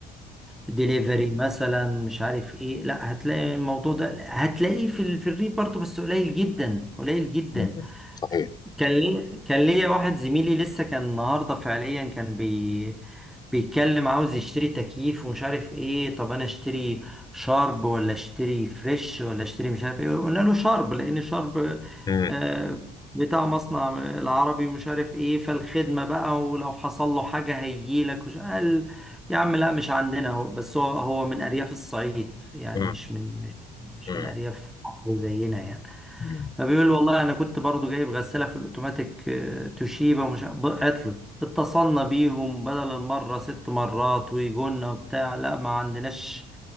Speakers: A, in the centre; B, on the left (about 25°).
A: ديليفري مثلا مش عارف ايه لا هتلاقي الموضوع ده هتلاقيه في ال- في الريف برضه بس قليل جدا قليل جدا
B: مم. صحيح
A: كان لي كان ليا واحد زميلي لسه كان النهارده فعليا كان بي بيتكلم عاوز يشتري تكييف ومش عارف ايه طب انا اشتري شارب ولا اشتري فريش ولا اشتري مش عارف ايه قلنا له شارب لان شارب
B: مم.
A: آه، بتاع مصنع العربي ومش عارف ايه فالخدمة بقى ولو حصل له حاجة هيجيلك وش قال يا عم لا مش عندنا هو بس هو هو من ارياف الصعيد يعني
B: مم.
A: مش من مش مش
B: مم.
A: من ارياف زينا يعني
B: مم.
A: فبيقول له والله انا كنت برضو جايب غساله في الاوتوماتيك آه، توشيبا ومش ب- عطلت اتصلنا بيهم بدل المره ست مرات ويجونا وبتاع لا ما عندناش